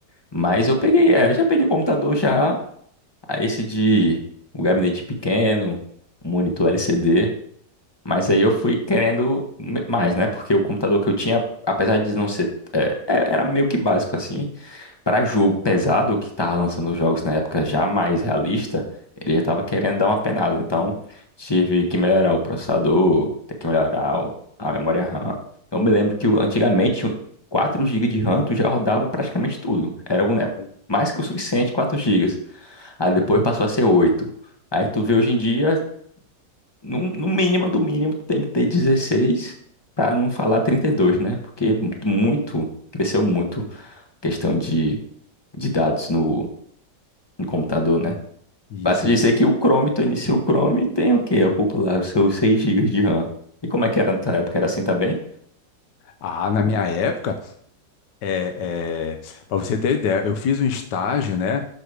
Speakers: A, on the left; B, on the left.
A: Mas eu peguei, é, já peguei o computador já, a esse de um gabinete pequeno, um monitor LCD. Mas aí eu fui querendo me- mais, né? Porque o computador que eu tinha, apesar de não ser. é, é- era meio que básico, assim. Para jogo pesado, que tava lançando os jogos na época já mais realista, ele já tava querendo dar uma penada. Então, tive que melhorar o processador, ter que melhorar o- a memória RAM. Eu me lembro que o- antigamente, 4 gigas de RAM tu já rodava praticamente tudo. Era um, né,
B: olha.
A: mais que o suficiente, 4 gigas. Aí depois passou a ser 8. Aí tu vê hoje em dia. No, no mínimo do mínimo tem que ter 16 para não falar 32, né? Porque é muito, cresceu muito a questão de, de dados no, no computador, né?
B: Isso,
A: Basta dizer
B: isso.
A: que o Chrome, tu inicia o Chrome e tem o quê? Ocupa lá os seus 6 gigas de RAM. E como é que era na tua época? Era assim também?
B: Ah, na minha época, É, para você ter ideia, eu fiz um estágio, né?